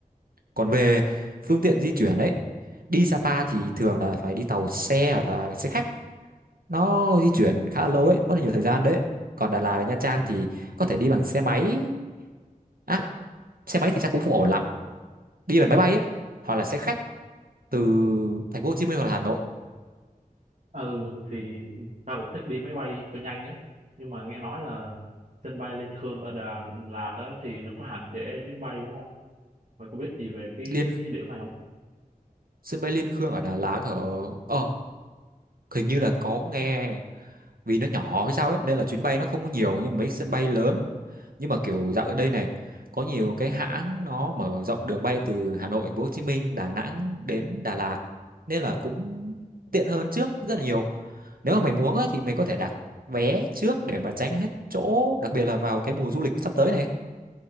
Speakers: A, on the right; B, on the right.
A: còn về phương tiện di chuyển ấy đi Sapa thì thường là phải đi tàu xe hoặc là xe khách nó di chuyển khá là lâu ấy mất là nhiều thời gian đấy còn Đà Lạt và Nha Trang thì có thể đi bằng xe máy à, xe máy thì chắc cũng không ổn lắm đi bằng máy bay ấy hoặc là xe khách từ thành phố Hồ Chí Minh hoặc là Hà Nội
B: ừ thì ta cũng thích đi máy bay cho nhanh á nhưng mà nghe nói là sân bay Liên Khương ở Đà Lạt á, thì nó có hạn chế chuyến bay đúng không mày có biết gì về cái
A: liên
B: điểm này không
A: sân bay Liên Khương ở Đà Lạt ở ờ hình như là có nghe vì nó nhỏ hay sao ấy nên là chuyến bay nó không có nhiều như mấy sân bay lớn nhưng mà kiểu dạo ở đây này có nhiều cái hãng nó mở rộng đường bay từ Hà Nội, Thành phố Hồ Chí Minh, Đà Nẵng đến Đà Lạt nên là cũng tiện hơn trước rất là nhiều. Nếu mà mày muốn á, thì mày có thể đặt vé trước để mà tránh hết chỗ, đặc biệt là vào cái mùa du lịch sắp tới này.